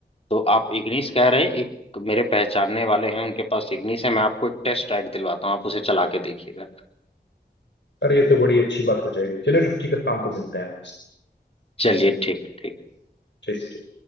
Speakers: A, on the left (about 35°); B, on the left (about 90°).
A: तो आप इग्निस कह रहे हैं एक मेरे पहचानने वाले हैं उनके पास इग्निस है मैं आपको एक टेस्ट राइड दिलवाता हूँ आप उसे चला के देखिएगा
B: अरे ये तो बड़ी अच्छी बात हो जाएगी चलिए फिफ्टी का शाम को मिलते हैं
A: चलिए ठीक ठीक
B: ठीक ठीक